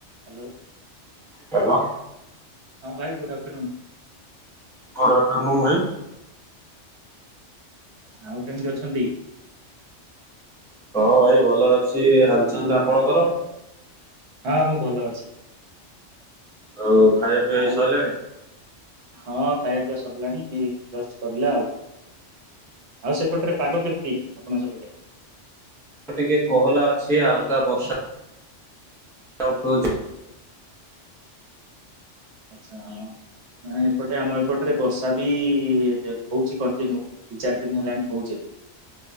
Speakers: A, on the right; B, in the centre.
A: Hello.
B: Hello.
A: ହଁ ଭାଇ good afternoon.
B: Good afternoon ଭାଇ।
A: ଆଉ କେମିତି ଅଛନ୍ତି?
B: ହଁ, ଭାଇ ଭଲ ଅଛି। ହାଲ ଚାଲ ଆପଣଙ୍କର।
A: ହଁ, ମୁଁ ଭଲ ଅଛି।
B: ଆଉ ଖାଇବା। ପିଇବା
A: ଆଉ
B: ସରିଲାଣି?
A: ହଁ ଖାଇବା ପିଇବା ସରିଲାଣି। ଏଇ ଜଷ୍ଟ ସରିଲା ଆଉ। ଆଉ ସେପଟ ରେ ପାଗ କେମିତି। ଆପଣଙ୍କ ସେପଟେ।
B: ଟିକେ କୋହଲା ଅଛି। ହାଲକା ବର୍ଷା। ଉଠଉଛି।
A: ଆଚ୍ଛା ହଁ ନାଇଁ ଏପଟେ। ଆମ ଏପଟ ରେ ବର୍ଷା ବି ହଉଛି କଣ୍ଟିନ୍ୟୁ। ଦି ଚାରି ଦିନ ହେଲାଣି ହଉଛି।